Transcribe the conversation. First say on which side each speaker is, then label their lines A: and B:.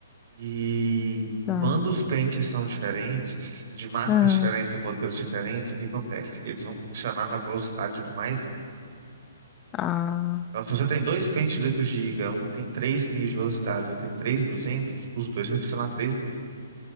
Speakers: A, on the right; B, on the left.
A: E
B: Tá.
A: quando os pentes são diferentes, de marcas
B: Aham.
A: diferentes e modelos diferentes, o que acontece? Eles vão funcionar na velocidade do mais limpo.
B: Ah,
A: Então, se você tem dois pentes de oito GB, um tem 3.000 de velocidade, outro tem 3.200, os dois vai funcionar 3.000.